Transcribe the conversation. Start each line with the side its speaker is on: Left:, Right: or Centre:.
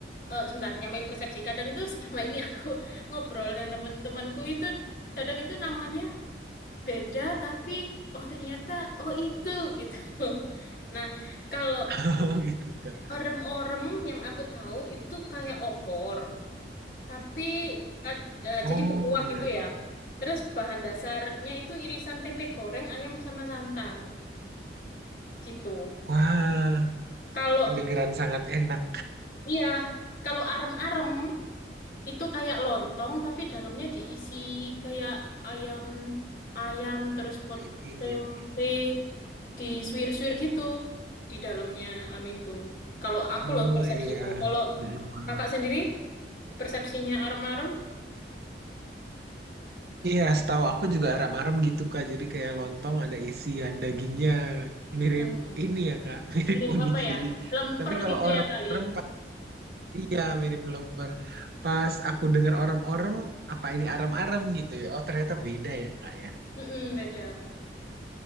Left: eh sebentar nyamain persepsi kadang itu <laughs> selama ini aku <laughs> ngobrol dengan teman-temanku itu kadang itu namanya beda tapi oh ternyata oh itu gitu <laughs> nah kalau
Right: <laughs> gitu Kak?
Left: orem-orem yang aku tahu itu kayak opor tapi ad- eh,
Right: Oh
Left: jadi berkuah
Right: iya.
Left: gitu ya terus bahan dasarnya itu irisan tempe goreng ayam sama santan gitu
Right: Wah,
Left: kalau
Right: kedengeran sangat enak
Left: iya kalau arem-arem Itu kayak lontong tapi dalamnya diisi kayak ayam ayam terus pot
Right: daging
Left: tempe
Right: ya. Kak.
Left: disuir-suir gitu di dalamnya anu itu. Kalau aku
Right: Oh
Left: loh persepsiku.
Right: iya.
Left: Kalau
Right: Mm-mm.
Left: kakak sendiri persepsinya arem-arem
Right: Iya, setahu aku juga aram-aram gitu Kak. Jadi kayak lontong ada isian dagingnya mirip
Left: Mm-mm.
Right: ini ya Kak, <laughs> mirip
Left: mirip
Right: onigiri.
Left: apa ya? Lemper
Right: Tapi kalau
Left: gitu
Right: orem-orem
Left: ya kali.
Right: pa- iya mirip lemper. Pas aku dengar orem-orem, apa ini aram-aram gitu ya? Oh, ternyata beda ya Kak ya.
Left: Mm-mm, beda.